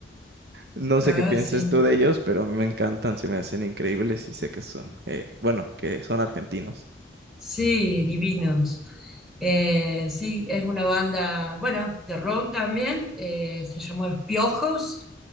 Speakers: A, on the right; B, in the centre.
A: No sé
B: Ah,
A: qué pienses
B: sí.
A: tú de ellos, pero a mí me encantan, se me hacen increíbles y sé que son, eh, bueno, que son argentinos.
B: Sí, divinos. Eh, sí, es una banda, bueno, de rock también, eh, se llamó Los Piojos.